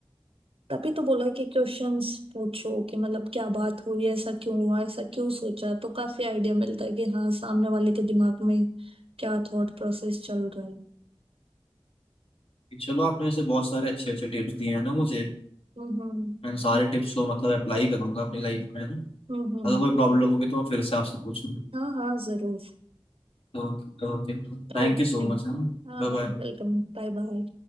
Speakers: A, on the right (about 80°); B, on the left (about 80°).
A: तभी तो बोला कि क्वेश्चंस पूछो कि मतलब क्या बात हुई ऐसा क्यों हुआ ऐसा क्यों सोचा तो काफी आइडिया मिलता है कि हाँ सामने वाले के दिमाग में क्या थॉट प्रोसेस चल रहा है
B: कि चलो आपने वैसे बहुत सारे अच्छे अच्छे टिप्स दिए हैं ना मुझे
A: हम्म हम्म
B: मैं इन सारे टिप्स को मतलब अप्लाई करूंगा अपनी लाइफ में है ना
A: हम्म हम्म
B: अगर कोई प्रॉब्लम होगी तो मैं फिर से आपसे पूछूंगा
A: हाँ हाँ जरूर
B: Okay okay thank
A: ओके
B: you so much है ना
A: हाँ
B: Bye
A: हाँ वेलकम
B: bye
A: बाय बाय